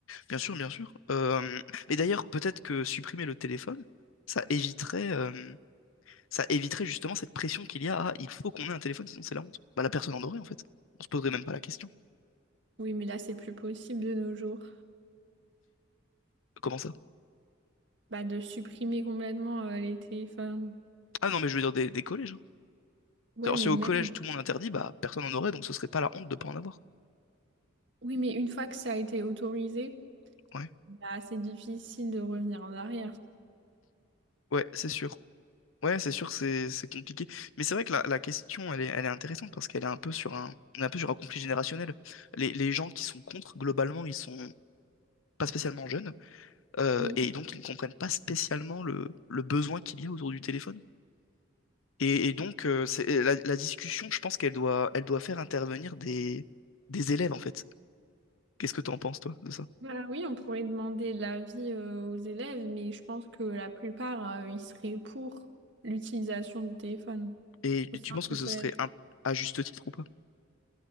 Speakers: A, on the left; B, on the right.
A: Bien sûr, bien sûr. Euh, mais d'ailleurs, peut-être que supprimer le téléphone, ça éviterait, euh, ça éviterait justement cette pression qu'il y a. Ah, il faut qu'on ait un téléphone, sinon c'est la honte. Bah, la personne en aurait, en fait. On se poserait même pas la question.
B: Oui, mais là, c'est plus possible de nos jours.
A: Comment ça?
B: Bah, de supprimer complètement euh, les téléphones.
A: Ah non, mais je veux dire des, des collèges. hein.
B: Ouais,
A: Alors,
B: mais
A: si au
B: même.
A: collège tout le monde interdit, bah, personne en aurait, donc ce serait pas la honte de pas en avoir.
B: Oui, mais une fois que ça a été autorisé,
A: Ouais.
B: bah, c'est difficile de revenir en arrière.
A: Ouais, c'est sûr. Ouais, c'est sûr, c'est c'est compliqué. Mais c'est vrai que la, la question, elle est, elle est intéressante parce qu'elle est un peu sur un, on est un peu sur un conflit générationnel. Les, les gens qui sont contre, globalement, ils sont pas spécialement jeunes. euh,
B: Oui.
A: et donc ils ne comprennent pas spécialement le, le besoin qu'il y a autour du téléphone. Et, et donc euh, c'est, la, la discussion, je pense qu'elle doit, elle doit faire intervenir des, des élèves en fait. Qu'est-ce que tu en penses toi de ça?
B: Bah, oui, on pourrait demander l'avis euh, aux élèves, mais je pense que la plupart, euh, ils seraient pour l'utilisation du téléphone
A: Et,
B: au
A: et
B: sein
A: tu penses que
B: du
A: ce
B: collège.
A: serait un- à juste titre ou pas?